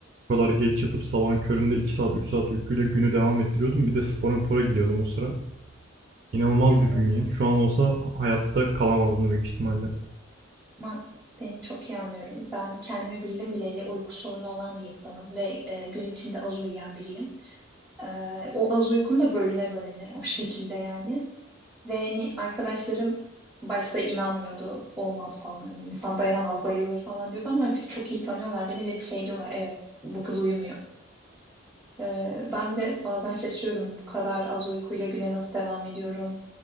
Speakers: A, on the right; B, in the centre.
A: O kadar geç yatıp sabahın köründe 2 saat 3 saat uykuyla günü devam ettiriyordum. Bir de spora mpora gidiyordum o sıra. İnanılmaz
B: Yani
A: bir bünye. Şu an olsa hayatta kalamazdım büyük ihtimalle.
B: ama seni çok iyi anlıyorum. Ben kendimi bildim bileli uyku sorunu olan bir insanım ve e, gün içinde az uyuyan biriyim. E, o az uykum da bölüne bölüne o şekilde yani. Ve hani arkadaşlarım başta inanmıyordu. Olmaz falan hani insan dayanamaz bayılır falan diyordu ama artık çok iyi tanıyorlar beni ve şey diyorlar evet bu kız uyumuyor. Ee, ben de bazen şaşırıyordum bu kadar az uykuyla güne nasıl devam ediyorum